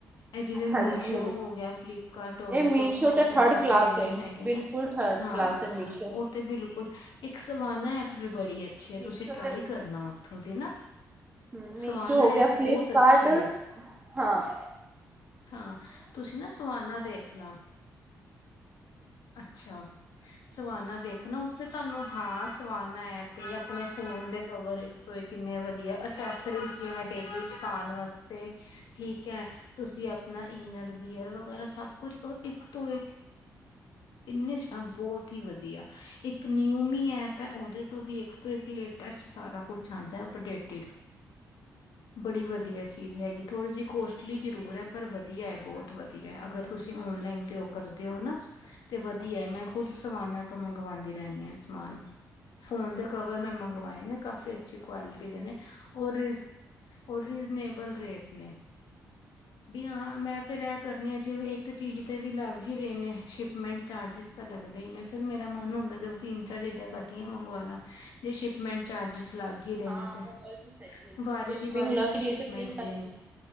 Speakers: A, on the left; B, on the right.
A: ਇਹ ਜਿਵੇਂ ਮੀਸ਼ੋ
B: ਹਾਂਜੀ ਹਾਂਜੀ
A: ਹੋ ਹੋ ਫਲਿੱਪਕਾਰਟ ਹੋ
B: ਇਹ
A: ਗਿਆ
B: ਮੀਸ਼ੋ
A: ਛੋਟੇ ਮੋਟੇ
B: ਤੇ ਥਰਡ
A: ਹੋਰ
B: ਕਲਾਸ
A: ਜਿਵੇਂ
B: ਹੈ
A: ਹੈਗੇ
B: ਬਿਲਕੁਲ
A: ਨੇ
B: ਥਰਡ
A: ਹਾਂ
B: ਕਲਾਸ ਹੈ ਮੀਸ਼ੋ
A: ਉਹ ਤੇ ਬਿਲਕੁਲ ਇੱਕ ਸਵਾਨਾ ਐਪ ਵੀ ਬੜੀ ਅੱਛੀ ਆ
B: ਮੀਸ਼ੋ
A: ਤੁਸੀਂ ਟ੍ਰਈ ਕਰਨਾ ਉੱਥੋਂ ਦੀ ਨਾ
B: ਹੂੰ ਮੀਸ਼ੋ
A: ਸਵਾਨਾ
B: ਹੋ ਗਿਆ
A: ਐਪ
B: ਫਲਿਪਕਾਰਟ
A: ਬਹੁਤ ਅੱਛੀ ਹੈ
B: ਹਾਂ
A: ਹਾਂ ਤੁਸੀਂ ਨਾ ਸਵਾਨਾ ਦੇਖਣਾ ਅੱਛਾ ਸਵਾਨਾ ਵੇਖ ਨਾ ਉੱਥੇ ਤੁਹਾਨੂੰ ਹਾਂ ਸਵ ਵੀ ਆਪਣੇ ਫੋਨ ਦੇ ਕਵਰ ਕਿੰਨੇ ਵਧੀਆ ਅਸੈਸਰੀ ਜਿਵੇਂ ਡੇਲੀ ਵਿਚ ਪਾਨ ਵਾਸਤੇ ਠੀਕ ਹੈ ਤੁਸੀਂ ਆਪਣਾ ਇਨਰ ਵੀਅਰ ਵਗੈਰਾ ਸਭ ਕੁਝ ਉਹ ਇੱਕ ਤੋਂ ਇੱਕ ਇੰਨੇ ਬਹੁਤ ਹੀ ਵਧੀਆ ਇੱਕ ਨਿਊਮੀ ਐਪ ਹੈ ਉਹਦੇ ਤੋਂ ਵੀ ਇੱਕ ਤੋਂ ਇੱਕ ਲੇਟੈਸਟ ਸਾਰਾ ਕੁਛ ਆਉਂਦਾ ਅਪਡੇਟਿਡ ਬੜੀ ਵਧੀਆ ਚੀਜ਼ ਹੈਗੀ ਥੋੜੀ ਜਿਹੀ ਕੋਸ਼ ਜਰੂਰ ਹੈ ਪਰ ਵਧੀਆ ਹੈ ਬਹੁਤ ਵਧੀਆ ਅਗਰ ਤੁਸੀਂ ਓਨਲਾਈਨ ਤੇ ਉਹ ਕਰਦੇ ਹੋ ਨਾ ਤੇ ਵਧੀਆ ਮੈਂ ਖੁਦ ਸਵਾਨਾਂ ਤੋਂ ਮੰਗਵਾਉਂਦੀ ਰਹਿੰਦੀ ਹਾਂ ਸਮਾਨ ਫੋਨ ਤੇ ਕਵਰ ਮੈਂ ਮੰਗਵਾਏ ਨੇ ਕਾਫੀ ਅੱਛੀ ਕੁਆਲਿਟੀ ਦੇ ਨੇ ਔਰ ਉਹ ਰੀਜਨੇਬਲ ਰੇਟ ਨੇ ਵੀ ਹਾਂ ਮੈਂ ਫੇਰ ਇਹ ਕਰਨੀ ਆ ਜਿਵੇਂ ਇੱਕ ਚੀਜ਼ ਤੇ ਵੀ ਲੱਗ ਹੀ ਰਹੇ ਨੇ ਸ਼ਿਪਮੈਂਟ ਚਾਰਜਿਸ ਤਾਂ ਲੱਗਦਾ ਹੀ ਨੇ ਫੇਰ ਮੇਰਾ ਮਨ ਹੁੰਦਾ ਤਿੰਨ ਚਾਰ ਚੀਜ਼ਾਂ ਇਕੱਠੀਆਂ ਮੰਗਵਾ ਲਣਾ ਜੇ ਸ਼ਿਪਮੈਂਟ ਚਾਰਜਿਸ ਲਾਗੇ ਹੀ ਰਹੇਣੇ
B: ਹਾਂ
A: ਤੇ
B: ਉਹ ਗੱਲ ਵੀ ਸਹੀ ਹੈ
A: ਵਾਰੀ
B: ਜੇ ਸ਼ਿਪਿੰਗ
A: ਦੀ ਵਾਰੀ
B: ਲੱਗ
A: ਕੀ
B: ਰਹੀ
A: ਸ਼ਿਪਮੈਂਟ
B: ਹੈ ਤੇ ਤਿੰਨ ਕਰਕੇ
A: ਦੇਣੀ